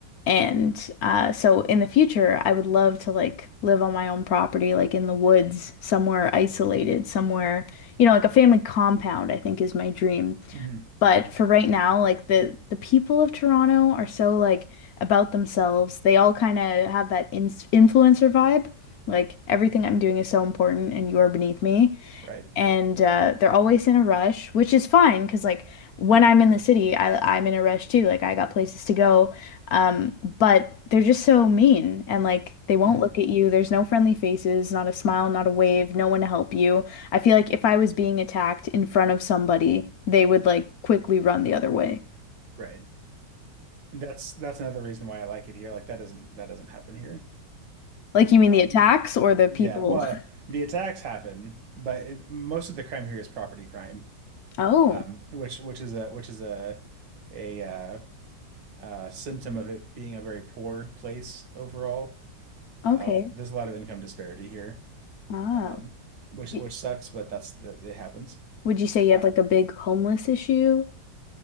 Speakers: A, on the left; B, on the right.
A: And uh so in the future I would love to like live on my own property like in the woods somewhere isolated somewhere you know like a family compound I think is my dream.
B: Mm-hmm.
A: But for right now, like the the people of Toronto are so like about themselves. They all kind of have that in influencer vibe. Like everything I'm doing is so important and you're beneath me.
B: Right.
A: And uh, they're always in a rush, which is fine because like when I'm in the city, I I'm in a rush too. Like I got places to go but they're just so mean and like they won't
B: Mm-hmm.
A: look at you. There's no friendly faces, not a smile, not a wave, no one to help you. I feel like if I was being attacked in front of somebody, they would like quickly run the other way.
B: Right. And that's that's another reason why I like it here. Like that doesn't that doesn't happen here.
A: Like you mean
B: Um
A: the attacks or the people?
B: yeah, well,
A: <laughs>
B: the attacks happen, but it, most of the crime here is property crime.
A: Oh,
B: Um which which is a which is a a uh, uh symptom of it being a very poor place overall.
A: okay.
B: Uh, with, there's a lot of income disparity here,
A: Ah.
B: um, which
A: Y-
B: which sucks, but that's that it happens.
A: Would you say you
B: Um,
A: have like a big homeless issue?